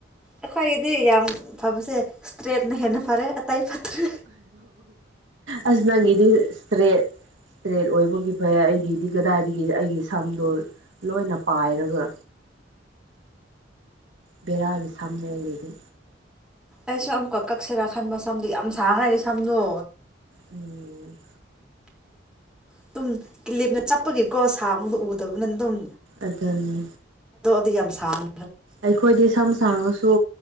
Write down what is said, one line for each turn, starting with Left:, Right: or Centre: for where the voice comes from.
Centre: ꯑꯩꯈ꯭ꯣꯏꯒꯤꯗꯤ ꯌꯥꯝ ꯐꯕꯁꯦ ꯏꯁꯇ꯭ꯔꯦꯠꯅ ꯍꯦꯟꯅ ꯐꯔꯦ ꯑꯇꯩ ꯐꯠꯇ꯭ꯔꯦ
Right: ꯑꯁ ꯅꯪꯒꯦꯗꯤ ꯁꯇ꯭ꯔꯦꯠ ꯁ꯭ꯔꯦ ꯑꯣꯏꯕꯒꯤ ꯐꯩ ꯑꯩꯒꯤꯗꯤ ꯀꯗꯥꯏꯗꯒꯤ ꯑꯩꯒꯤ ꯁꯝꯗꯣ ꯂꯣꯏꯅ ꯄꯥꯏꯔꯒ ꯕꯔꯒꯤ ꯁꯝꯅ ꯂꯩꯗꯤ
Centre: ꯑꯩꯁꯨ ꯑꯃꯨꯛꯀ ꯀꯛꯁꯤꯦꯔꯥ ꯈꯟꯕ ꯁꯝꯗꯣ ꯌꯥꯝ ꯁꯥꯡꯉꯗꯤ ꯁꯝꯅꯣ
Right: ꯎꯝ
Centre: ꯑꯗꯨꯝꯤ ꯂꯦꯞꯅ ꯆꯠꯄꯒꯤꯀꯣ ꯁꯥ ꯑꯃꯗ ꯎꯗꯕꯅ ꯑꯗꯨꯝ
Right: ꯑꯗꯨꯅꯤ
Centre: ꯑꯗꯨꯗꯤ ꯌꯥꯝꯁꯥꯡ
Right: ꯑꯩꯈꯣꯏꯗꯤ ꯁꯝ ꯁꯥꯡꯅꯁꯨ